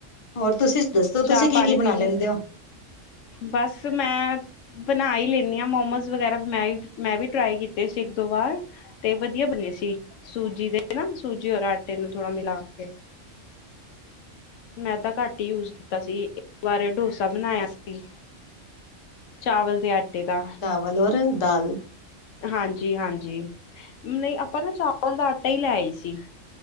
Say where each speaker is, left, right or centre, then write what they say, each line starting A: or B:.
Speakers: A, on the left; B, on the left.
A: ਹੋਰ ਤੁਸੀਂ ਦੱਸੋ ਤੁਸੀਂ
B: ਚਾ-ਪਾਨੀ
A: ਕੀ ਕੀ
B: ਪੀ
A: ਬਣਾ
B: ਲਿਆ,
A: ਲੈਂਦੇ ਹੋ
B: ਬਸ ਮੈਂ ਬਨਾ ਈ ਲੈਂਨੀ ਆਂ ਮੋਮੋਸ ਵਗੈਰਾ, ਮੈਂ-ਮੈਂ ਵੀ ਟਰਾਈ ਕੀਤੇ ਸੀ ਇੱਕ ਦੋ ਵਾਰ। ਤੇ ਵਦੀਆ ਬਨੇ ਸੀ, ਸੂਜੀ ਦੇ ਨਾ ਸੂਜੀ ਔਰ ਆਟੇ ਨੂੰ ਥੋੜਾ ਮਿਲਾ ਕੇ ਮੈਂ ਤਾਂ ਘੱਟ ਈ ਯੂਜ ਕੀ ਤਾ ਸੀ ਇੱਕ ਵਾਰ ਡੋਸਾ ਬਨਾਯੇਆ ਸੀ, ਚਾਵਲ ਦੇ ਆਟੇ ਦਾ।
A: ਵੱਲਰ ਦਾਲ
B: ਹਾਂਜੀ-ਹਾਂਜੀ, ਨਈਂ ਆਪਾਂ ਨਾ ਚਾਵਲ ਦਾ ਆਟਾ ਈ ਲੈ ਆਏ ਸੀ।